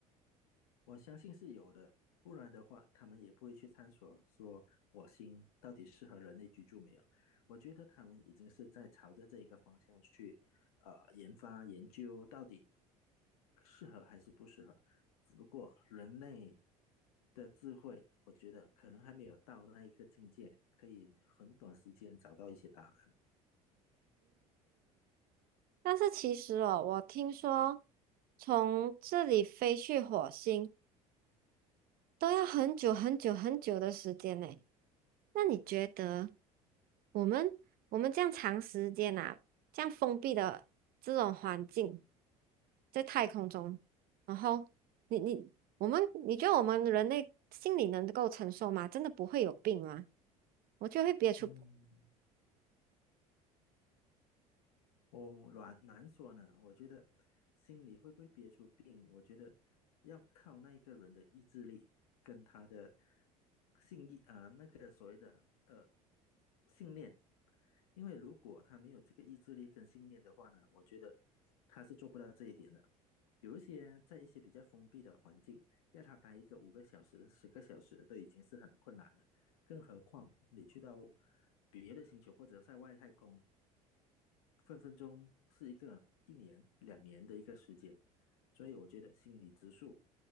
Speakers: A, on the left (about 75°); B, on the right (about 55°).
A: 我相信是有的，不然的话，他们也不会去探索说火星到底适合人类居住没有。我觉得他们已经是在朝着这一个方向去，呃，研发研究到底适合还是不适合。只不过人类的智慧，我觉得可能还没有到那一个境界，可以很短时间找到一些答案。
B: 但是其实哦，我听说从这里飞去火星。都要很久很久很久的时间呢。那你觉得我们我们这样长时间啊，这样封闭的这种环境，在太空中，然后你你我们你觉得我们人类心里能够承受吗？真的不会有病吗？我就会憋出
A: 嗯。我难难说呢，我觉得心里会不会憋出病，我觉得要靠那一个人的意志力跟他的信义啊、呃那个所谓的呃信念，因为如果他没有这个意志力跟信念的话呢，我觉得他是做不到这一点的。有一些在一些比较封闭的环境，要他待一个五个小时、十个小时都已经是很困难了，更何况你去到别的星球或者在外太空，分分钟是一个一年、两年的一个时间，所以我觉得心理植树